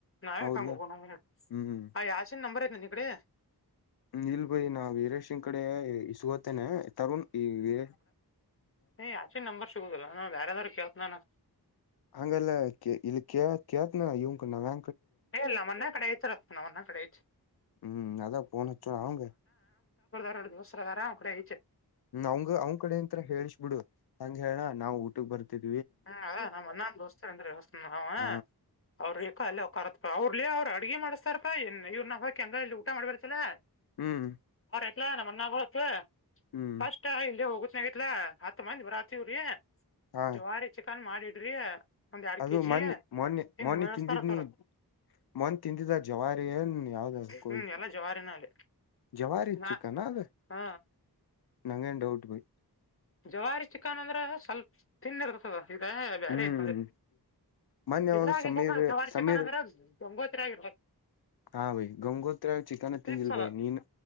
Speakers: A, on the left (about 35°); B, on the left (about 70°).
A: ನಾವೇ
B: ಹೌದ್ಲ
A: ತಂಗ ಹೋಗೋ
B: ಹ್ಮ್
A: ಯಶನ್ ನಂಬರ್ ಐತೆನ ಈ ಕಡೆ
B: ಇಲ್ ಭಯಿ ನಾ ವೀರೇಶನ್ ಕಡೆ ಇ ಸಗೋತೇನೆ ತರುಣ್ ಈ ವ
A: ನೀ ಆಚೆ ನಂಬರ್ ಸಿಗುದಿಲ್ಲ ನ ಬೇರೆದ್ದಾರು ಕೇೇಳತನಾನ
B: ಹಂಗಲ್ಲ ಇ ಕ ಕೇತನ ಇವನಕ ನ್ಯಾ
A: ಹೇಲ್ಲ ಮೊನ್ನ ಕಡೆ ತರತ ನ ಮೊನ್ನ ಕಡೆ
B: ಹ್ಮ್ ಅದ ಫೋನ್ ಹಚ್ಚೋಣ ಅವಂಗ
A: ಅವರು ದೋಸ್ತ್ರ ಅದರ ಅವರ ಕಡೆ ಐತಿ
B: ಅವಂಗ ಅವ್ ಕಡೆ ಇಂತರ ಹೇಳಳ್ಸ್ಬಿಡು ಹಂಗ ಹೇಳಣ ನಾವ್ ಊಟಕ್ ಬರ್ತಿದವಿ
A: ಹ್ಮ ಅದ ನಮ್ ಅನ್ನಂದ ದೋಸ್ತ ಅಂದ್ರೆಸ್ ನಾವ
B: ಹ
A: ಅವ್ರ ಈಏಕ ಅಲ್ಲೇಕ್ಕತ್ಪಾ ಅವ್ರಲಿೇ ಅವ್ ಅಡ್ಗ ಮಾಡ್ತಾರಪ್ಪಾ ಇನ್ ಇವ್ ನಾವ ಹಾಕ್ ಹೆಂಗ ಇಲ್ಲಿ ಊಟ ಮಾಡಬರ್ತಲ್ಲಾ
B: ಹ್ಮ್
A: ಇಲಾ ನಮ್ಮನ್ನತ್
B: ಹ್ಮ್
A: ಫಸ್ಟ್ ಇಲ್ಲಿ ಹೋಗುತ್ತನ ಆಗತ್ಲಾ ಹತ್ ಮಂದಿ ಬರಾತ್ರಿವ್ರರಿ
B: ಹಾ
A: ಜವಾರಿ ಚಿಕನ್ ಮಾಡಿಡ್ರಿ ಒಂದ್ ಎರಡ್
B: ಅದು
A: ಕೆಜಿ
B: ಮೊನ್ನಿ ಮೊನ್ನೆ
A: ಹಿಂಗ್
B: ಮೊನ್ನಿ
A: ಬೆಳಸ್ತಾರತವ್ರ
B: ತಿಂದಿದ್ನಿ ಮೊನ್ ತಿಂದಿದ ಜವಾರಿಯನ್ ಯಾವ್ದದು ಕೋಳಿ
A: ಹ್ಮ್ ಎಲ್ಲಾ ಜವಾರಿನ ಅಲ್ಲಿ
B: ಜವಾರಿ ಇ
A: ನಾ
B: ಚಿಕನ ಅದ
A: ಹ
B: ನಂಗೇನ್ ಡೌಟ್ ಭೈ
A: ಜವಾರಿ ಚಿಕನ್ ಅಂದ್ರೆ ಸ್ವಲ್ಪ ತಿನ್ನಿರ್ತದ ಇ ಬೇರೆ
B: ಹ್ಮ್
A: ತ್ಂದ
B: ಮೊನ್ನೆ ಯಾವಾಗ
A: ಇದ್ರಾಗಿ
B: ಸಮೀರ್
A: ಜವಾರಿ
B: ಸಮೀರ್
A: ಚಿಕ್ಕನ್ಗ್ರ ಗಂಗೋತ್ರಿ ಆಗಿರ
B: ಹಾ ಭೈ ಗಂಗೋತ್ರಾವ ಚಿಕನ್ ತಿಂದಿಲ್ಲ
A: ಫಿಕ್ಸ್ ಅದ
B: ಭೈ ನೀನು